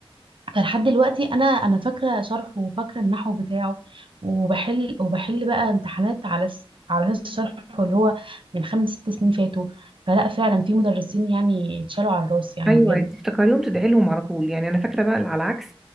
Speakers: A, on the right; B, in the centre.
A: فلحد دلوقتي انا انا فاكرة شرحه وفاكرة النحو بتاعه وبحل وبحل بقى امتحانات على س... على اساس شرحه اللي هو من خمس ست سنين فاتوا فلا فعلا في مدرسين يعني اتشالوا على الراس يعني
B: ايوه
A: بجد
B: تفتكريهم تدعي لهم على طول يعني انا فاكره بقى على العكس